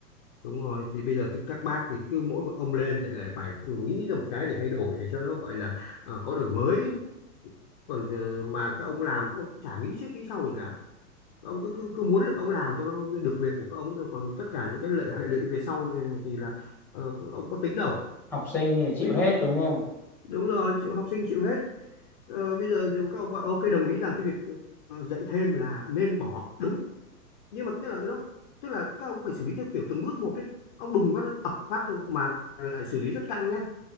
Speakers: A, on the left; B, in the centre.
A: đúng rồi thì bây giờ thì các bác thì cứ mỗi một ông lên thì lại phải nghĩ ra một cái để thay đổi để cho nó gọi là ờ, có đổi mới còn ờ, mà các ông làm các ông cũng chả nghĩ trước nghĩ sau gì cả các ông cứ cứ, cứ muốn là các ông làm cho nó được việc của các ông thôi còn tất cả những cái lệ hệ lụy về sau thì, thì là ờ, các ông có tính đâu
B: học sinh thì chịu
A: ví dụ
B: hết đúng không?
A: đúng rồi chị- học sinh chịu hết Ờ, bây giờ các ông bảo ok đồng ý rằng cái việc ờ, dạy thêm là nên bỏ đúng nhưng mà tức là nó tức là các ông phải xử lý theo kiểu từng bước một đấy ông đùng phát ập phát mà lại xử lý rất căng nhá